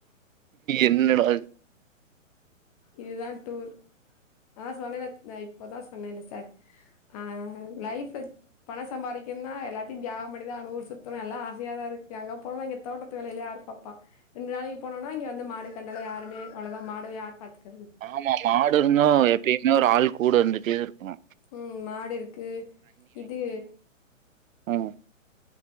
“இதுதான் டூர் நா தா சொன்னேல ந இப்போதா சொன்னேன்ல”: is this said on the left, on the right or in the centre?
Left